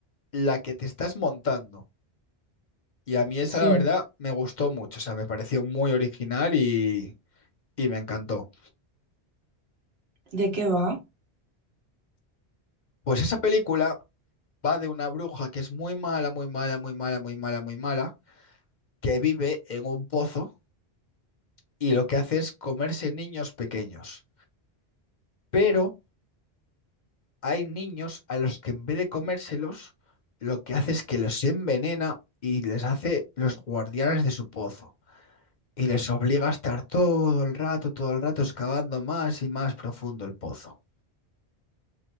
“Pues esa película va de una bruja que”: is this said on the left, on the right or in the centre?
Left